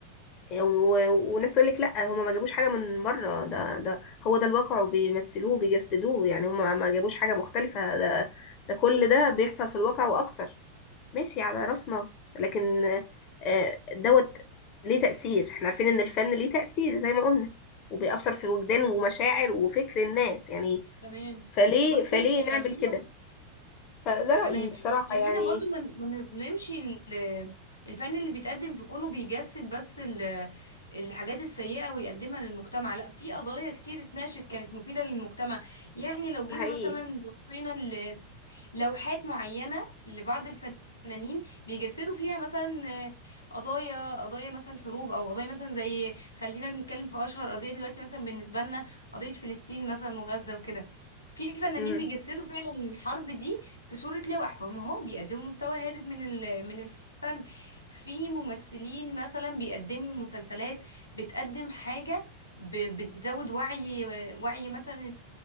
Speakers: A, on the left (about 40°); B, on the left (about 85°).
A: و- وناس تقول لك لا هما ما جابوش حاجه من بره ده ده هو ده الواقع وبيمثلوه بيجسدوه يعني هما ما جابوش حاجه مختلفه ده ده كل ده بيحصل في الواقع واكتر ماشي على راسنا لكن آه، دوت ليه تأثير احنا عارفين ان الفن ليه تأثير زي ما قلنا وبيأثر في وجدان ومشاعر وفكر الناس يعني
B: تمام
A: فليه
B: بصي
A: فليه
B: خلينا
A: نعمل كده فده رأيي
B: تمام
A: بصراحة
B: خلينا
A: يعني
B: برضو ما ما نظلمش ال- الفن اللي بيتقدم في كونه بيجسد بس ال- الحاجات السيئة ويقدمها للمجتمع لا في قضايا كتير اتناقشت كانت مفيدة للمجتمع يعني لو جينا
A: ده حقيقي
B: مثلا بصينا لوحات معينة لبعض الفنانين بيجسدوا فيها مثلا آه، قضايا قضايا مثلا حروب او قضايا مثلا زي خلينا بنتكلم في اشهر قضية دلوقتي مثلا بالنسبة لنا قضية فلسطين مثلا وغزة وكده في فنانين
A: مم.
B: بيجسدوا فعلا الحرب دي في صورة لوح فهم اهو بيقدموا مستوى هادف من ال- من الفن في ممثلين مثلا بيقدموا مسلسلات بتقدم حاجة ب- بتزود وعي وعي مثلا